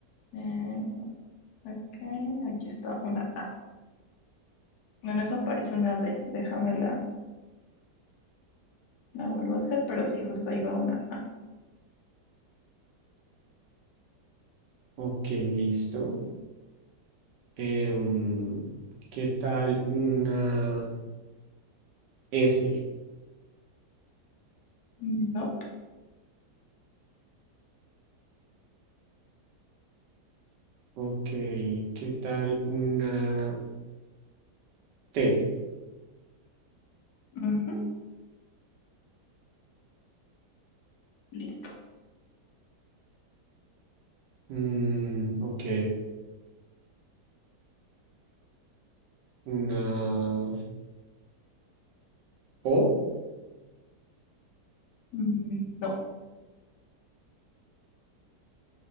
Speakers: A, on the left; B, on the right.
A: Eh, ok, aquí está una A. Bueno, eso parece una D. Déjame la, la vuelvo a hacer, pero sí, justo ahí va una A.
B: Ok, listo. Em, ¿qué tal una S?
A: Nope.
B: Ok, ¿qué tal una T?
A: Ujú, Listo.
B: Mm, ok, una O.
A: Mm, Nope.